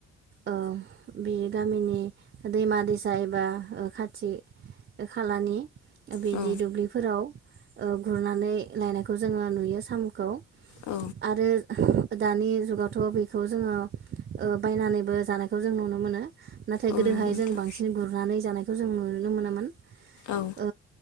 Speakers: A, on the right; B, on the left.
A: ओ बे गामिनि दैमा दैसा एबा खाथि खालानि बिदि
B: औ
A: दुब्लिफोराव ओ गुरनानै लायनायखौ जोङो नुयो साम'खौ
B: औ
A: आरो दानि जुगावथ' बेखौ जोङो ओ बायनानैबो जानायखौ जों नुनो मोनो। नाथाय
B: औ
A: गोदोहाय
B: नंगौ नोंथां
A: जों बांसिन गुरनानै जानायखौ जों नुनोनो मोनामोन। ओ
B: औ